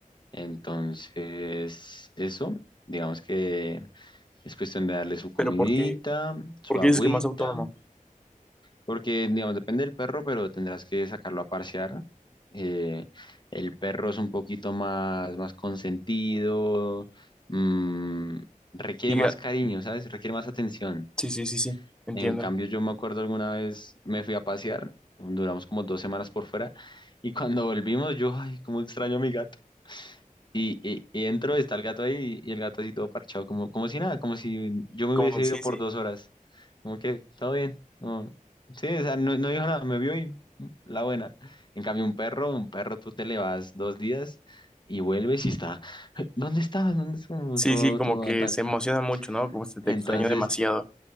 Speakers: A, on the left; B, in the centre.
A: entonces eso, digamos que es cuestión de darle su comidita,
B: Pero ¿por qué?
A: su
B: ¿Por qué
A: agüita.
B: dices que más autónomo?
A: Porque, digamos, depende del perro, pero tendrás que sacarlo a parsear. Eh, el perro es un poquito más, más consentido, mm, requiere
B: Diga,
A: más cariño, ¿sabes? Requiere más atención.
B: Sí, sí, sí, sí, entiendo.
A: En cambio, yo me acuerdo alguna vez me fui a pasear, duramos como dos semanas por fuera, y cuando volvimos, yo, ay, cómo extraño a mi gato. Y, y, y entro, está el gato ahí y el gato así todo parchado, como, como si nada, como si yo me
B: Como,
A: hubiese
B: sí,
A: ido por
B: sí,
A: dos horas. Como que, todo bien. No, sí, o sea, no, no dijo nada, me vio y mm, la buena. En cambio, un perro, un perro, tú te le vas dos días y vuelves y está, <laughs> ¿dónde estabas? ¿Dónde estabas?
B: sí,
A: Todo,
B: sí, como
A: todo
B: que
A: ataca.
B: se emociona mucho, ¿no? Como se te
A: Entonces,
B: extraña demasiado.